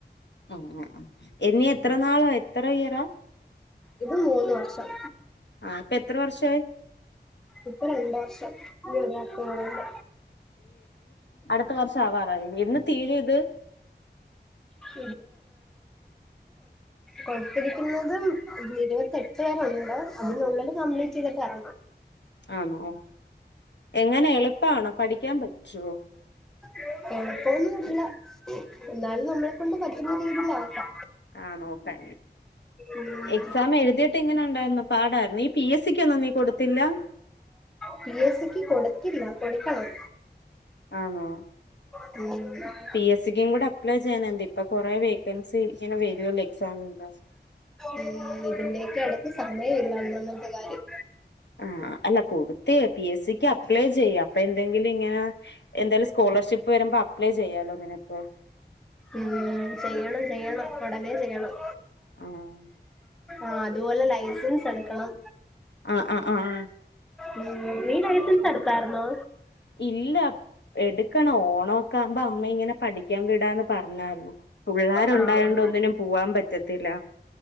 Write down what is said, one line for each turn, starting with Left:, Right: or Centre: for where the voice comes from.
Left: അങ്ങനെ ആഹ് എന്നി എത്ര നാളാ എത്ര ഇയറാ
Centre: ഇത് മൂന്ന് വർഷം
Left: ആഹ് ഇപ്പ എത്ര വർഷായി
Centre: ഇപ്പോ രണ്ട് വർഷം ഇഞ്ഞ് ഒരു വർഷംക്കൂടെണ്ട്
Left: അട്ത്ത വർഷം ആവാറായി യെന്ന് തീരും ഇത്
Centre: <unintelligible> കൊട്ത്തിരിക്കുന്നതും ഇരു ഇരുവത്തി എട്ട് വരെ ഉണ്ട് അതിനുള്ളില് കംപ്ലീറ്റെയ്തിട്ട് എറ
Left: ആണോ എങ്ങനെ എളുപ്പാണോ പഠിക്ക്യാൻ പറ്റോ
Centre: എളുപ്പവൊന്നും അല്ല എന്നാലും നമ്മളെ കൊണ്ട് പറ്റുന്ന രീതിയില് ആക്കാ
Left: ആഹ് നോക്കാ
Centre: ഉം
Left: എക്സാം എഴുതി ട്ട് എങ്ങനെ ഇണ്ടാരുന്നു പാടാരുന്നോ നീ പി എസ് സിക്ക്യ് ഒന്നും നീ കൊടുത്തില്ല
Centre: പി എസ് സിക്ക് കൊടുക്കില്ല കൊട്ക്കണം
Left: ആണോ
Centre: ഉം
Left: പി എസ് സിക്കും കൂടെ അപ്ലൈ ചെയ്യന്നെ ദിപ്പൊ കൊറെ വേക്കൻസി ഇങ്ങനെ വെരൊല്ലോ എക്സാമിൻ ക്ലാസ്സ്
Centre: ഉം ഇതിന്റെക്ക്യെ എടക്ക് സമയല്ല ഒന്നാമത്തെ കാര്യം
Left: ആഹ് അല്ല കൊട്ത്തെ പി എസ് സിക്ക് അപ്ലൈ ചെയ്യാ അപ്പന്തെങ്കിലും ഇങ്ങനെ എന്തായാലും സ്കോളർഷിപ്പ് വരുമ്പോ അപ്ലൈ ചെയ്യാലോ നിനക്ക്
Centre: ആ ഉം ചെയ്യണം ചെയ്യണം ഒടനെ ചെയ്യണം
Left: ആഹ്
Centre: ആഹ് അതുപോലെ ലൈസൻസ് എടുക്കണം
Left: ആഹ് ആഹ് ആഹ് ആഹ്
Centre: ഉം നീ ലൈസൻസ് എട്ത്താര്ന്നോ
Left: ഇല്ല എട്ക്കണം ഓണൊക്കാവുമ്പോ അമ്മ ഇങ്ങനെ പഠിക്ക്യാൻ വിടാന്ന് പറഞ്ഞാരുന്നു പുള്ളാരുണ്ടായോണ്ട്
Centre: ആഹ്
Left: ഒന്നിനും പോവാൻ പറ്റത്തില്ല